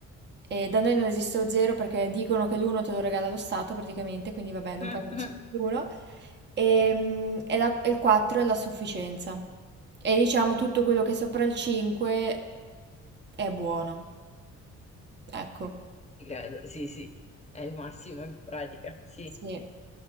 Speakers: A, on the right (about 35°); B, on the left (about 20°).
A: E da noi non esiste lo 0 perché dicono che l'1 te lo regala lo Stato praticamente, quindi vabbè, non
B: <laughs>
A: puoi andare sotto l'1. E, mm, e la- e il 4 è la sufficienza. E diciamo tutto quello che è sopra il 5 è buono. Ecco,
B: Credo, sì, sì, è il massimo in pratica, sì.
A: sì.